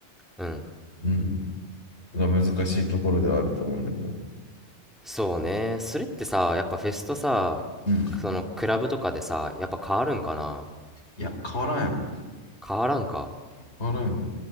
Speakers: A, in the centre; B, on the left.
A: うん。
B: うん。が難しいところではあると思うんだけど。
A: そうね。それってさ、やっぱフェスとさ、
B: うん。
A: その、クラブとかでさ、やっぱ変わるんかな
B: いや、変わらんやろ。
A: 変わらんか。
B: 変わらんやろ。